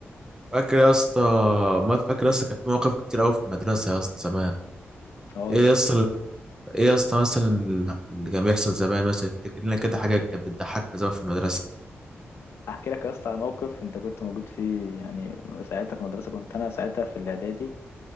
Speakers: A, on the right; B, on the left.
A: فاكر يا اسطى ما فاكر يا اسطى كان في مواقف كتير قوي في المدرسه يا اسطى زمان
B: اه
A: ايه
B: يا
A: يا
B: اسطى
A: اسطى ايه يا اسطى مثلا اللي كان بيحصل زمان مثلا افتكر لنا كده حاجه كانت بتضحكنا زمان في المدرسه
B: احكي لك يا اسطى على موقف انت كنت موجود فيه يعني ساعتها في المدرسه كنت انا ساعتها في الاعدادي